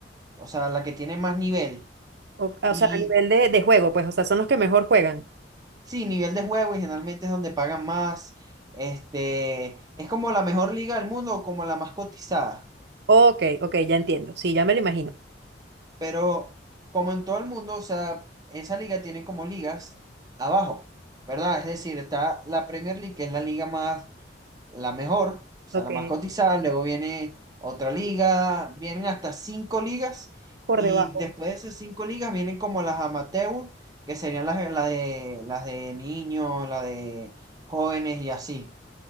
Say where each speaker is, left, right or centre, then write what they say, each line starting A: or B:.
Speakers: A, on the right; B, on the right.
A: o sea, la que tiene más nivel.
B: O, ah,
A: Y
B: o sea, a nivel de, de juego, pues, o sea, son los que mejor juegan.
A: sí, nivel de juego y generalmente es donde pagan más. Este, es como la mejor liga del mundo, como la más cotizada.
B: Ok, ok, ya entiendo. Sí, ya me lo imagino.
A: Pero como en todo el mundo, o sea, esa liga tiene como ligas abajo, ¿verdad? Es decir, está la Premier League, que es la liga más, la mejor, o sea,
B: Ok,
A: la más cotizada, luego viene otra liga, vienen hasta cinco ligas
B: por
A: y
B: debajo.
A: después de esas cinco ligas vienen como las amateur, que serían las, las de, las de niños, las de jóvenes y así.